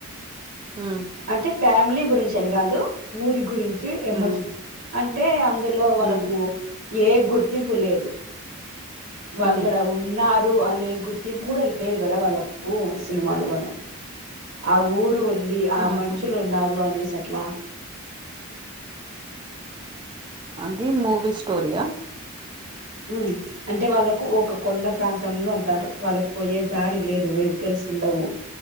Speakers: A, on the right (about 20°); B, on the right (about 50°).
A: ఉమ్
B: అంటే ఫ్యామిలీ గురించి అని కాదు ఊరి గురించి ఎమోషనల్
A: ఉమ్
B: అంటే అంటే అందులో వాళ్ళకు
A: ఉమ్
B: ఏ గుర్తింపు లేదు వాళ్ళు
A: ఉమ్
B: ఇక్కడ ఉన్న న్నారు అనే గుర్తింపు కూడా లేదు కదా వాళ్ళకు సినిమాలో వాళ్ళ ఆ ఊరు ఉంది ఆ
A: ఆహా
B: మనుషులు ఉన్నారు అనేసట్లా
A: అది మూవి స్టోరియా
B: ఉ అంటే వాళ్ళకు ఒక కొండ ప్రాంతంలో ఉంటారు వాళ్ళకు పోయే దారి లేదు వెహికల్ ల్సుండవు